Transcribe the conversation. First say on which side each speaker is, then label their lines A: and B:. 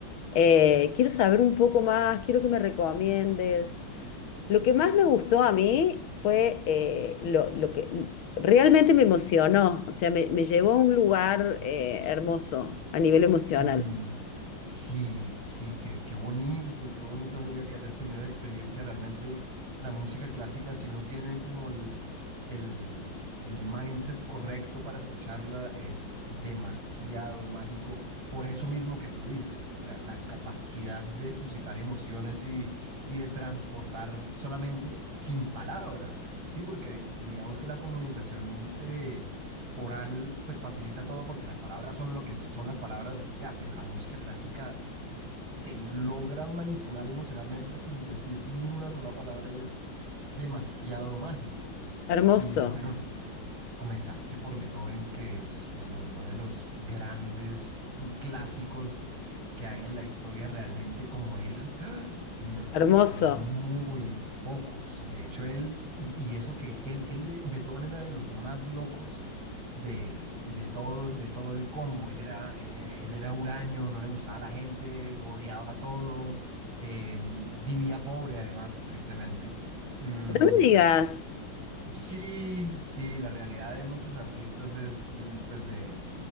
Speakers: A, on the left; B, on the right.
A: eh, quiero saber un poco más, quiero que me recomiendes. Lo que más me gustó a mí fue eh, lo, lo que, Realmente me emocionó, o sea, me, me llevó a un lugar eh, hermoso a nivel emocional.
B: Mm, sí, sí, qué, qué bonito, qué bonito, amiga, que hayas tenido esa experiencia. Realmente la música clásica, si uno tiene como el, el, el mindset correcto para escucharla, es demasiado mágico. Por eso mismo que tú dices, la, la capacidad de suscitar emociones y, y de transportar solamente sin palabras, ¿sí? Porque digamos que la comunicación... eh, oral pues facilita todo porque las palabras son lo que son las palabras y ya, pero la música clásica te logra manipular emocionalmente sin decir ni una sola palabra y es demasiado mágico.
A: Hermoso,
B: Y bueno, este, comenzaste por Beethoven, que es, bueno, uno de los grandes clásicos que hay en la historia realmente como él no-
A: hermoso.
B: como él, muy pocos. De hecho, él, y, y eso que él, él, eh, Beethoven era de los más locos de, de todo, de todo el combo. Él era, eh, eh, él era huraño, no le gustaba la gente, odiaba todo, eh, vivía pobre además, tristemente. Mm,
A: No me digas,
B: Sí, sí, la realidad de muchos artistas es de- pues de,